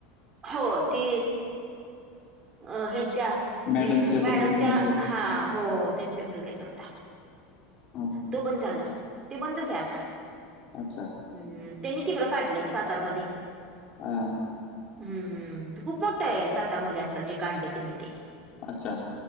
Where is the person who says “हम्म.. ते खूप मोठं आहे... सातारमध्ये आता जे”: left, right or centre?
Right